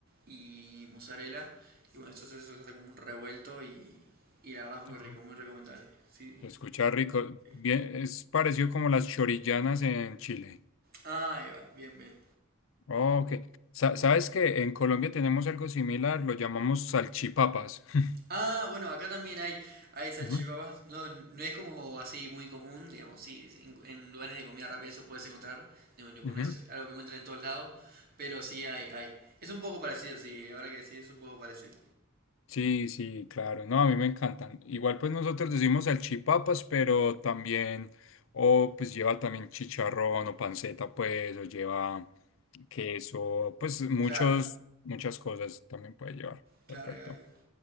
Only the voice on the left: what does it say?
Ah.
Se escucha rico.
Bien, es parecido como las chorillanas en Chile.
Oh, Ok. Sa- ¿Sabes que en Colombia tenemos algo similar? Lo llamamos salchipapas. <laughs>
Ujú,
ujú.
Sí, sí, claro. No, a mí me encantan. Igual pues nosotros decimos salchipapas, pero también, o pues lleva también chicharrón o panceta, pues, o lleva queso, pues muchos,
muchas cosas también puede llevar.
Perfecto.